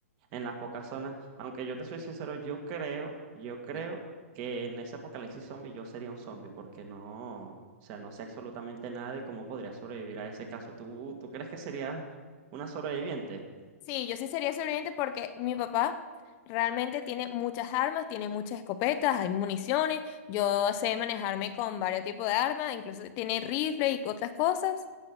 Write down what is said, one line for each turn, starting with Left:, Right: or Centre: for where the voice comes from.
Right: en las pocas zonas. Aunque yo te soy sincero, yo creo, yo creo
Left: Ujú.
Right: que en ese apocalipsis zombie yo sería un zombie, porque no, o sea, no sé absolutamente nada de cómo podría sobrevivir a ese caso. ¿Tú, tú crees que serías una sobreviviente?
Left: Sí, yo sí sería sobreviviente porque mi papá realmente tiene muchas armas, tiene muchas escopetas, hay municiones. Yo sé manejarme con varios tipos de armas, incluso tiene rifle y otras cosas.